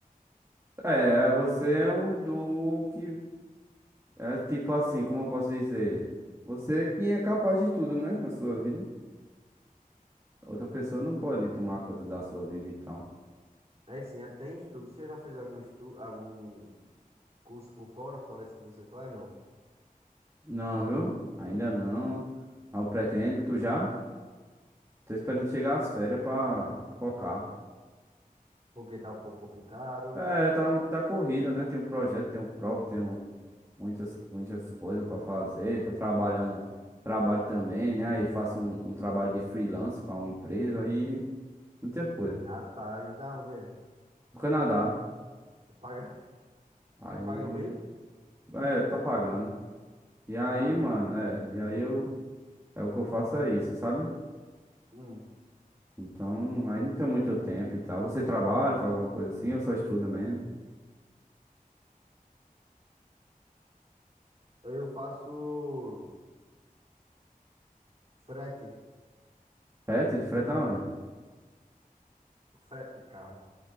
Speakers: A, on the right; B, on the right.
A: É, você é o do que é tipo assim, como eu posso dizer? Você que é capaz de tudo, né, na sua vida. Outra pessoa não pode tomar conta da sua vida e tal.
B: É sim, até em estudos. Você já fez algum estudo, algum Curso por fora, fora isso que você faz, não.
A: Não, viu? Ainda não. Ah, Eu pretendo, tu já? Tô esperando chegar as férias pra focar.
B: Porque tá um pouco complicado.
A: É, tá, um- tá corrido, né? Tem um projeto, tem um prova, tem um- muitas, muitas coisas pra fazer. Tô trabalhando, trabalho também, né? Aí faço um, um trabalho de freelance pra uma empresa e muita coisa.
B: Ah, tá. E da onde é?
A: No Canadá.
B: Paga, <laughs>
A: Aí,
B: paga bem?
A: é, tá pagando. E aí,
B: Tá pagando,
A: mano,
B: né?
A: é, e aí eu, é o que eu faço é isso, sabe?
B: Hum.
A: Então, aí não tem muito tempo e tal. Você trabalha, faz alguma coisa assim, ou só estuda mesmo?
B: Eu faço frete.
A: Frete? Freta onde?
B: Frete de carro.